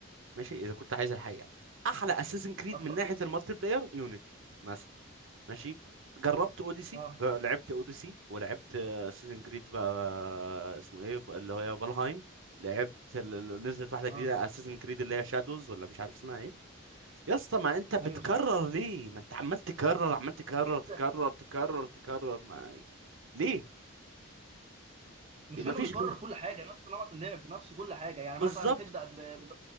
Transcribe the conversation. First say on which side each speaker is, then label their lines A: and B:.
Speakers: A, on the right; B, on the right.
A: ماشي اذا كنت عايز الحقيقه احلى اساسن كريد
B: اتفق
A: من ناحيه
B: جدا
A: المالتي بلاير يونيتي مثلا، ماشي جربت اوديسي
B: اه
A: جر- لعبت اوديسي ولعبت اساسن كريد بقى اسمه ايه بقى اللي هي فالهايم لعبت ال- ال- نزلت واحده جديده
B: اه
A: اساسن كريد اللي هي شادوز ولا مش عارف اسمها ايه يا اسطى ما انت بتكرر
B: ايوه صح
A: ليه ما انت عمال تكرر عمال تكرر
B: جدا
A: تكرر تكرر تكرر ما ليه
B: مش
A: ما
B: انه
A: فيش
B: بيكرر
A: غير
B: كل حاجه نفس نمط اللعب نفس كل حاجه يعني
A: بالظبط
B: مثلا تبدا ب-